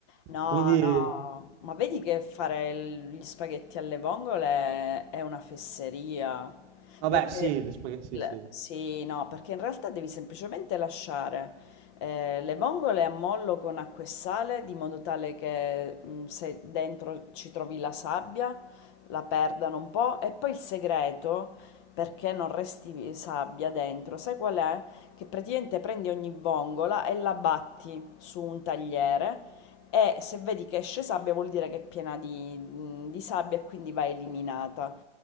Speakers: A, on the left (about 25°); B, on the right (about 30°).
A: No,
B: Quindi,
A: no, ma vedi che fare il- gli spaghetti alle vongole è una fesseria,
B: vabbè,
A: perché
B: sì, le spaghe- sì,
A: l-
B: sì,
A: sì, no, perché in realtà devi semplicemente lasciare eh, le vongole a mollo con acqua e sale, di modo tale che mh, se dentro ci trovi la sabbia, la perdano un po', e poi il segreto, perché non resti sabbia dentro, sai qual è? Che praticamente prendi ogni vongola e la batti su un tagliere e se vedi che esce sabbia vuol dire che è piena di, di sabbia e quindi va eliminata.